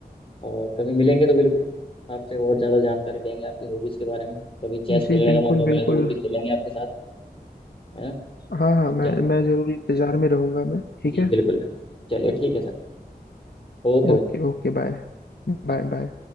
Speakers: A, on the left (about 35°); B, on the left (about 80°).
A: और कभी मिलेंगे तो बिल्कुल आपसे और ज्यादा जानकारी लेंगे आपकी हॉबीज के बारे में कभी चेस
B: जी
A: खेलने
B: बिल्कुल
A: का मौका मिला
B: बिल्कुल
A: तो वो भी खेलेंगे आपके साथ है ना?
B: हाँ हाँ मैं
A: चलो
B: मैं जरूर इंतजार में रहूंगा मैं ठीक
A: जी
B: है
A: बिल्कुल बिल्कुल चलिए ठीक है सर ओके भाई
B: Okay okay bye
A: bye।
B: Bye bye